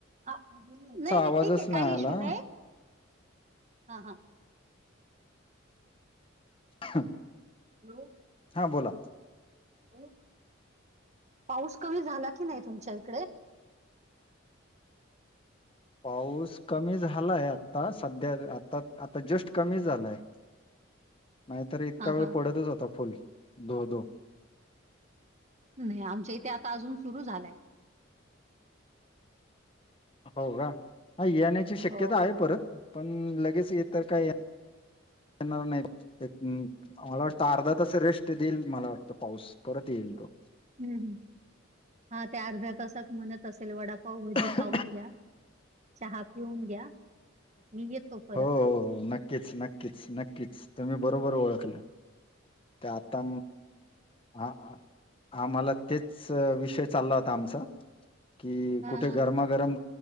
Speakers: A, on the right; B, on the left.
A: नाही नाही
B: आवाजच
A: ठीक आहे काही इशू
B: आला
A: नाही हा हा
B: <inaudible>
A: हॅलो
B: हा बोला.
A: हम्म, पाऊस झाला की नाही तुमच्या इकडे?
B: पाऊस कमी झालाय आता सध्या, आता-आता जस्ट कमी झालाय. नाहीतर इतका
A: हा हा
B: वेळ पडतच होता. फुल धो-धो.
A: नाही, आमच्या इथे आता अजून सुरू झालंय.
B: हो का? येण्याची शक्यता
A: हो
B: आहे परत. पण लगेच हे तर काय, येणार नाहीत, हम्म. मला वाटतं अर्धा तसा रेस्ट देईल, मला वाटतं पाऊस, परत येईल तो.
A: हम्म-हम्म, हा ते अर्ध्या तासात म्हणत असेल वडाप पावभाजी
B: तो
A: खाऊन घ्या. चहा पिऊन घ्या. मी येतो परत
B: हो-हो-हो, नक्कीच नक् नक्कीच-नक्कीच, तुम्ही बरोबर ओळखलं, तर आता हा, आम्हाला तेच विषय चालला होता आमचा कि
A: हा
B: कुठे
A: हा
B: गरमागरम